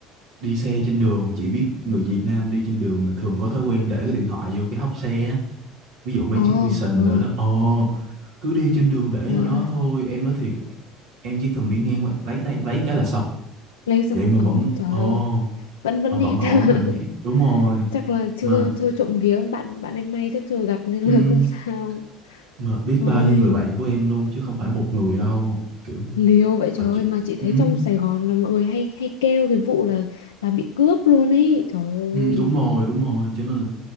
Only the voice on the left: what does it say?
ờ
ờ
trời
ơi.
lấy xong
ờ
trời
ơi vẫn vẫn
nét
<laughs>
chắc là chưa
chưa trộm vía bạn bạn em may chắc chưa gặp nên là
<laughs> không sao
Ôi,
liều vậy trời
ơi,
mà chị
thấy trong Sài Gòn là mọi người hay hay kêu cái vụ là là bị cướp luôn ấy. Trời
ơi.